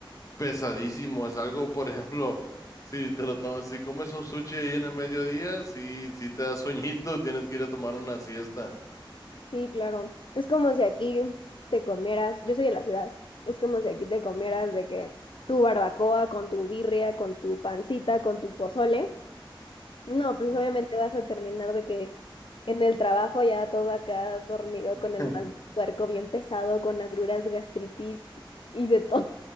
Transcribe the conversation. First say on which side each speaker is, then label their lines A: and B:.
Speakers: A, on the left; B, on the left.
A: Pesadísimo, es algo, por <laughs> ejemplo, si te lo tomas, si comes un sushi ahí en el mediodía, sí, sí te da sueñito, tienes que ir a tomar una siesta.
B: Sí, claro. Es como si aquí te comieras, yo soy de la ciudad, es como si aquí te comieras de que tu barbacoa con tu birria, con tu pancita, con tu pozole. No, pues
A: No.
B: obviamente vas a terminar de que en el trabajo ya todo acá dormido
A: <laughs>
B: con el mal puerco bien pesado, con agruras, gastritis y de todo.